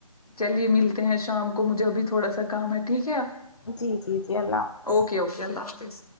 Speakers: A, on the left; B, on the left.
A: چلیے ملتے ہیں شام کو مجھے ابھی تھوڑا سا کام ہے ٹھیک ہے
B: جی جی جی اللہ حافظ
A: اوکے اوکے اللہ حافظ